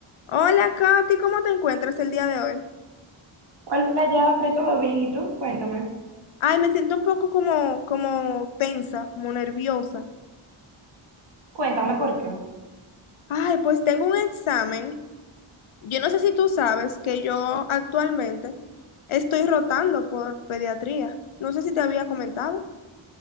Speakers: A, on the left; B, on the right.
A: Hola, Katy, ¿cómo te encuentras el día de hoy?
B: Hola, Jafre, ¿todo bien? ¿Y tú? Cuéntame.
A: Ay, me siento un poco como, como tensa, como nerviosa.
B: Cuéntame por qué.
A: Ay, pues tengo un examen. Yo no sé si tú sabes que yo actualmente estoy rotando por pediatría. No sé si te había comentado.